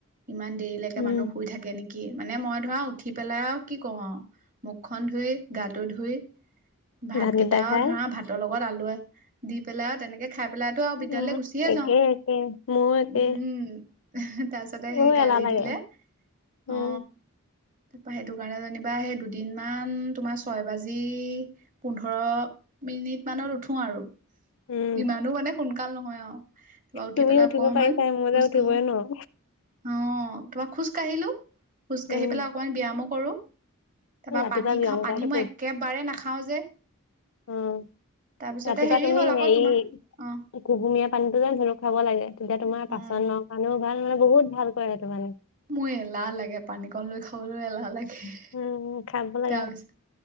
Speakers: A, on the right; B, on the left.
A: ইমান দেৰিলেকে
B: উম
A: মানুহ শুই থাক কে নেকি, মানে মই ধৰা উঠি পেলাই আও কি কৰো আৰু মুখখন ধুই গাটো ধুই ভাতকেইটাও
B: ভাতকেইটা খাই
A: ধৰা ভাতৰ লগত আলু দি পেলাই আৰু তেনেকে খাই পেলাই‌তো আৰু বিদ্যলয়
B: উম
A: গুচিয়ে
B: একে
A: যাও
B: একে মোৰো একে
A: উম তাৰপিছত তাতে
B: বহুত
A: সেই গালি
B: এলাহ লাগে
A: দিলে অ
B: উম
A: তাৰপা সেইটো কাৰণে যেনিবা সেই দুদিনমান তোমাৰ ছয় বাজি পোন্ধৰ মিনিট মানত উঠো আৰু
B: উম
A: ইমানো মানে সোনকাল নহয় আৱ তাপা উঠি
B: তুমি
A: পেলাই
B: উঠিব
A: অকমান
B: পাৰিছাই মই
A: খোজ
B: যে উঠিবই
A: কাঢ়ো
B: নোৱাৰো
A: অ তোমা খোজ কাঢ়িলো, খোজ কাঢ়ি
B: উম
A: পেলাই অকমান ব্যামো কৰো তাৰপা
B: ৰাতিপুৱা
A: পানী
B: ব্যায়াম
A: খাওঁ পানী
B: কৰাটো
A: মই একেবাৰে নাখাওঁ যে
B: উম
A: তাৰপিছতে
B: ৰাতিপুৱা
A: হেৰি
B: তুমি
A: হ'ল আকৌ
B: হেৰি
A: তোমাৰ অ
B: কুহুমীয়া পানীটো যে ধনুক খুৱাব লাগে তেতিয়া তোমাৰ
A: উম
B: পাচন ন মানুহ ভাল মানে বহত ভাল কৰে তাতো মানে
A: মোৰ এলাহ লাগে পানীকণ লৈ খাবলে এলাহ লাগে
B: উম খাব লাগে
A: তাৰপিছত